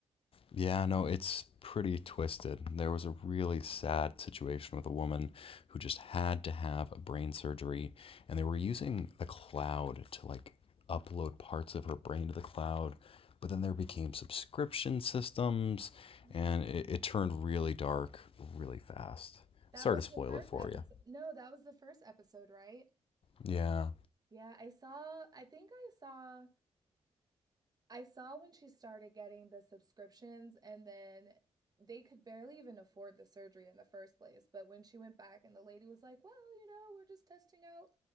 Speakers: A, on the left; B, on the right.
A: Yeah, no, it's pretty twisted. There was a really sad situation with a woman who just had to have a brain surgery, and they were using the cloud to like upload parts of her brain to the cloud. But then there became subscription systems,
B: Yeah.
A: and it, it turned really dark really fast.
B: That
A: Sorry
B: was
A: to
B: the
A: spoil
B: first
A: it for
B: episode.
A: you.
B: No, that was the first episode, right?
A: Yeah,
B: Yeah, I saw I think I saw I saw when she started getting the subscriptions, and then they could barely even afford the surgery in the first place. But when she went back, and the lady was like, Well, you know, we're just testing out